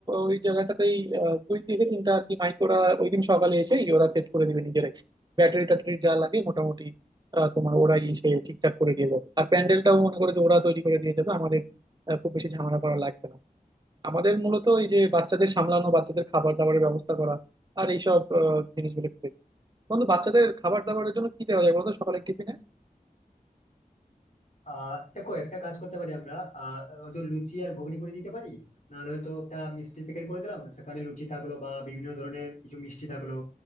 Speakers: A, on the right (about 30°); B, on the left (about 55°).
A: ওই জায়গাটাতেই আহ, দুই থেকে তিনটা আর কি মাইক ওরা ওই দিন সকালে এসেই ওরা সেট করে দিবে নিজেরাই ব্যাটারি ট্যাটারি যা লাগে মোটামুটি আহ, তোমার ওরাই এসে ঠিকঠাক করে দিয়ে যাবে আর প্যান্ডেলটাও মনে করে যে ওরা তৈরি করে দিয়ে যাবে আমাদের আহ, খুব বেশি ঝামেলা করা লাগবে না আমাদের মূলত এই যে বাচ্চাদের সামলানো বাচ্চাদের খাবার দাবারের ব্যবস্থা করা আর এইসব আহ, জিনিসগুলো একটু দেখতে। বন্ধু বাচ্চাদের খাবার দাবারের জন্য কি দেওয়া যায় বলতো সকালের টিফিনে
B: আহ দেখো একটা কাজ করতে পারি আমরা আহ হয়তো লুচি আর ঘুগনি করে দিতে পারি নাহলে হয়তো একটা মিষ্টির প্যাকেট করে দিলাম সেখানে লুচি থাকলো বা বিভিন্ন ধরনের কিছু মিষ্টি থাকলো